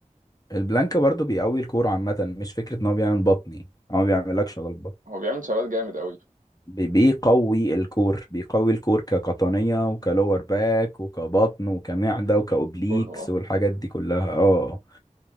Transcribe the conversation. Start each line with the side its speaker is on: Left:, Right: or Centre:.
Left: البلانك برضو بيقوي الكور عامه مش فكره ان هو بيعمل بطن يعني هو ما بيعملكش عضلة بطن
Right: هو بيعمل ثبات جامد قوي
Left: بي- بيقوي الكور بيقوي الكور كقطنيه وكلور باك وكبطن وكمعده وكاوبليكس
Right: كله اه
Left: والحاجات دي كلها اه